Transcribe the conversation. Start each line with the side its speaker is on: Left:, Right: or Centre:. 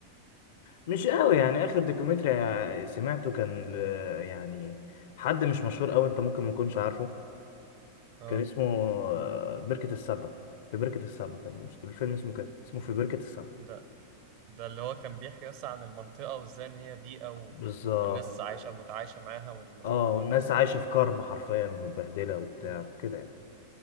Left: مش قوي يعني اخر دوكيومنتري سمعته كان ل- يعني حد مش مشهور قوي انت ممكن ما تكونش عارفه
Right: اه
Left: كان اسمه آه، بركة السبع في بركة السبع كان الفيلم اسمه كده اسمه في بركة السبع
Right: ده ده اللي هو كان بيحكي اصلا عن المنطقه وازاي ان هي بيئه و...
Left: بالظبط
Right: والناس عايشه متعايشه معاها والموضوع
Left: اه
Right: ده
Left: والناس عايشة في كرب حرفيا ومتبهدلة وبتاع
Right: امم
Left: كده يعني